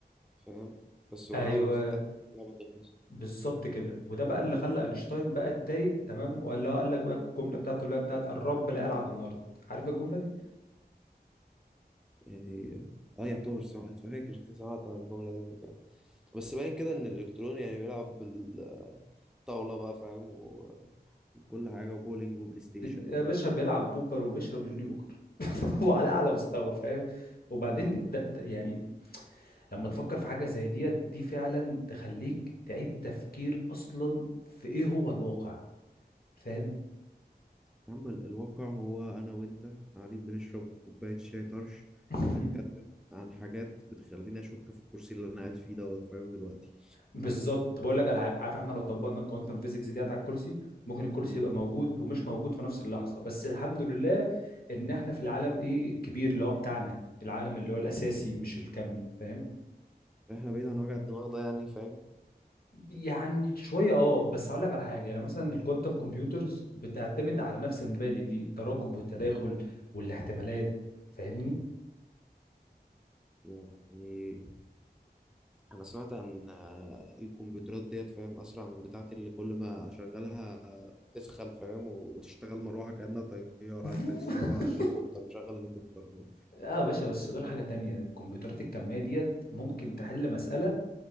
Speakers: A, in the centre; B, on the left.
A: فاهم بس مجرد
B: ايوه
A: ما بسطح اللعبة تخلص
B: بالظبط كده وده بقى اللي خلى اينشتاين بقى اتضايق تمام ولا هو قال لك بقى الجمله بتاعته اللي هي بتاعت الرب لا يلعب النرد عارف الجمله دي
A: يعني اه يعتبر سمعت فاكر كنت سمعت عن الجملة دي قبل كده بس باين كده ان الالكتروني يعني بيلعب بالطاولة بقى فاهم و... وكل حاجة وبولينج وبلاي ستيشن
B: يا
A: و...
B: باشا بيلعب بوكر وبيشرب جوني بوكر <laughs> وعلى اعلى مستوى فاهم وبعدين
A: <laughs>
B: ده, ده يعني لما تفكر في حاجه زي ديت دي فعلا تخليك تعيد تفكير اصلا في ايه هو الواقع فاهم
A: يا عم ال- الواقع هو انا وانت قاعدين بنشرب كوباية شاي طرش
B: <laughs>
A: ونتكلم عن حاجات بتخليني اشك في الكرسي اللي انا قاعد فيه دوت فاهم دلوقتي
B: بالظبط طب اقول لك على حاجه عارف احنا لو طبقنا الكوانتم فيزيكس ديت على الكرسي ممكن الكرسي
A: مم.
B: يبقى موجود ومش موجود في نفس اللحظه بس الحمد لله ان احنا في العالم ايه الكبير اللي هو بتاعنا العالم اللي هو الاساسي مش الكمي فاهم
A: احنا بعيد عن وجع الدماغ ده يعني فاهم
B: يعني شويه اه بس هقول لك على حاجه يعني مثلا الكوانتم كمبيوترز بتعتمد على نفس المبادئ دي التراكب والتداخل والاحتمالات فاهمني
A: يعني انا سمعت عن آه، الكمبيوترات ديت فاهم اسرع من بتاعتي اللي كل ما اشغلها آه، تسخن فاهم وتشتغل مروحه كانها طياره
B: <laughs>
A: عارف تحس ان هو هليكوبتر مشغل هليكوبتر فاهم
B: اه يا باشا بس دول حاجه تانية الكمبيوترات الكميه ديت ممكن تحل مساله